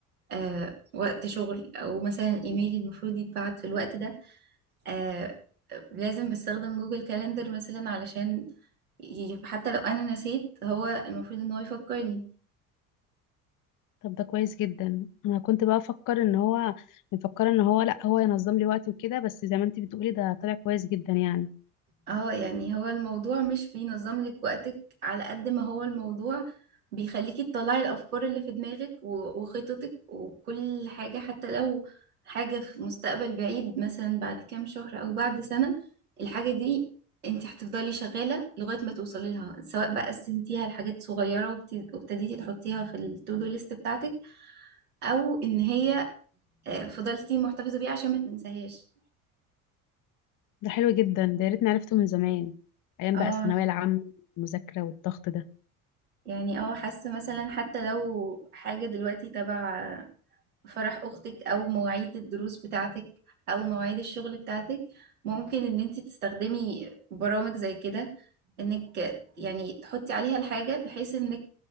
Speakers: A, on the right (about 80°); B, on the left (about 45°).
A: آه وقت شغل أو مثلا إيميلي المفروض يتبعت في الوقت ده آه لازم بستخدم جوجل كالندر مثلا علشان ي- حتى لو أنا نسيت هو المفروض إن هو يفكرني
B: طب ده كويس جدا انا كنت بقى افكر ان هو مفكره ان هو لا هو ينظم لي وقتي وكده بس زي ما انت بتقولي ده طلع كويس جدا يعني
A: اه يعني هو الموضوع مش بينظم لك وقتك على قد ما هو الموضوع بيخليكي تطلعي الأفكار اللي في دماغك و- وخططك وكل حاجة حتى لو حاجة في مستقبل بعيد مثلا بعد كام شهر أو بعد سنة الحاجة دي انت هتفضلي شغالة لغاية ما توصلي لها سواء بقى قسمتيها لحاجات صغيرة وابت- وابتديتي تحطيها في التو دو ليست بتاعتك أو إن هي آه، فضلتي محتفظة بيها عشان ما تنساهاش
B: ده حلو جدا ده يا ريتني عرفته من زمان ايام
A: اه
B: بقى الثانويه العامه المذاكره والضغط ده
A: يعني اه حاسة مثلا حتى لو حاجة دلوقتي تبع فرح أختك أو مواعيد الدروس بتاعتك أو مواعيد الشغل بتاعتك ممكن إن انت تستخدمي برامج زي كده إنك يعني تحطي عليها الحاجة بحيث إنك